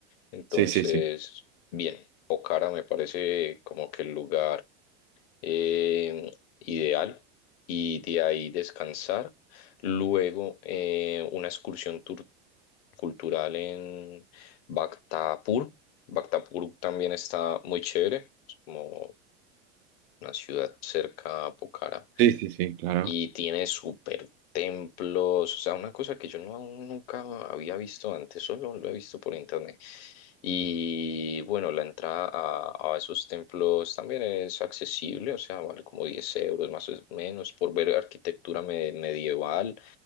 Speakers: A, on the left; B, on the right.
A: Entonces,
B: sí, sí, sí.
A: bien, Pokhara me parece como que el lugar eh, ideal y de ahí descansar. Luego, eh, una excursión tur- cultural en Bhaktapur. Bhaktapur también está muy chévere, es como una ciudad cerca a Pokhara,
B: Sí, sí, sí, claro.
A: y tiene super templos, o sea, una cosa que yo no, nunca había visto antes, solo lo he visto por internet. Y bueno, la entrada a, a esos templos también es accesible, o sea, vale como 10 euros más o menos por ver arquitectura me- medieval,